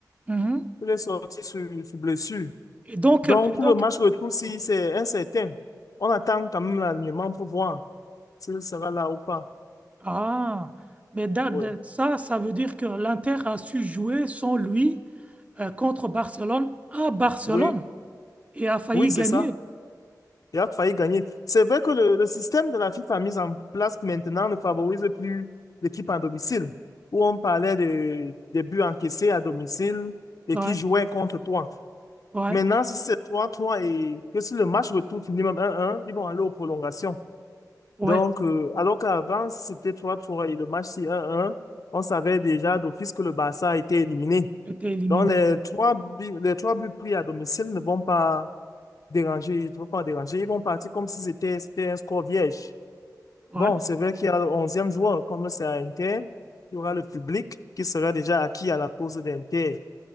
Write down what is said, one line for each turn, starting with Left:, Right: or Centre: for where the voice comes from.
Right: mhm.
Left: il est sorti sur, sur blessure.
Right: Et donc,
Left: Donc,
Right: et
Left: pour
Right: donc,
Left: le match retour, si c'est incertain, on attend quand même l'alignement pour voir s'il sera là ou pas.
Right: ah, mais da-
Left: Oui.
Right: da- ça, ça veut dire que l'Inter a su jouer sans lui euh, contre Barcelone à Barcelone
Left: Oui,
Right: et a failli
Left: oui, c'est
Right: gagner.
Left: ça. Il a failli gagner. C'est vrai que le, le système de la FIFA mis en place maintenant ne favorise plus l'équipe en domicile, où on parlait de, des buts encaissés à domicile et
Right: Ouais,
Left: qui jouaient contre toi.
Right: ouais,
Left: Maintenant, si c'est 3-3 et que si le match retour finit même 1-1, ils vont aller aux prolongations.
Right: ouais,
Left: Donc, euh, alors qu'avant, si c'était 3-3 et le match si 1-1, on savait déjà d'office que le Barça a été éliminé.
Right: était éliminé.
Left: Donc, les
Right: Ouais,
Left: trois, buts- les trois buts pris à domicile ne vont pas déranger, il faut pas déranger. Ils vont partir comme si c'était c'était un score vierge.
Right: ouais,
Left: Bon, c'est vrai qu'il y a le onzième joueur, comme c'est à Inter, il y aura le public qui sera déjà acquis à la cause d'Inter.